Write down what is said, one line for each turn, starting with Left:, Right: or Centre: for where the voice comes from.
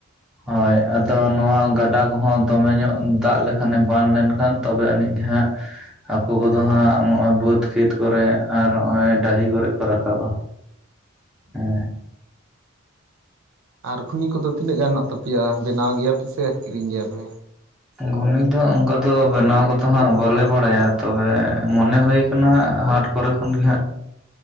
Centre: ᱦᱳᱭ ᱟᱫᱚ ᱱᱚᱣᱟ ᱜᱟᱰᱟ ᱠᱚᱦᱚᱸ ᱫᱚᱢᱮ ᱧᱚᱜ ᱫᱟᱜ ᱞᱮᱠᱷᱟᱱᱮ ᱵᱟᱱ ᱞᱮᱱᱠᱷᱟᱱ, ᱛᱚᱵᱮ ᱟᱹᱱᱤᱡ ᱦᱟᱸᱜ ᱦᱟᱹᱠᱩ ᱠᱚᱫᱚ ᱦᱟᱸᱜ ᱱᱚᱜᱚᱭ ᱵᱟᱹᱫᱽ ᱠᱷᱮᱛ ᱠᱚᱨᱮᱜ ᱟᱨ ᱱᱚᱜᱚᱭ ᱰᱟᱹᱦᱤ ᱠᱚᱨᱮᱜ ᱠᱚ ᱨᱟᱠᱟᱵ-ᱟ᱾ ᱦᱩ
Right: ᱟᱨ ᱜᱷᱩᱱᱤ ᱠᱚᱫᱚ ᱛᱤᱱᱟᱹᱜ ᱜᱟᱱ ᱦᱮᱱᱟᱜ ᱛᱟᱯᱮᱭᱟ ᱵᱮᱱᱟᱣ ᱜᱮᱭᱟ ᱯᱮ ᱥᱮ ᱠᱤᱨᱤᱧ ᱜᱮᱭᱟ ᱯᱮ
Centre: ᱜᱷᱩᱱᱤ ᱫᱚ ᱚᱱᱠᱟ ᱫᱚ ᱵᱮᱱᱟᱣ ᱠᱚᱫᱚ ᱦᱟᱸᱜ ᱵᱟᱞᱮ ᱵᱟᱲᱟᱭᱟ ᱛᱚᱵᱮ ᱢᱚᱱᱮ ᱦᱳᱭ ᱟᱠᱟᱱᱟ ᱦᱟᱴ ᱠᱚᱨᱮ ᱠᱷᱚᱱ ᱜᱮ ᱦᱟᱸᱜ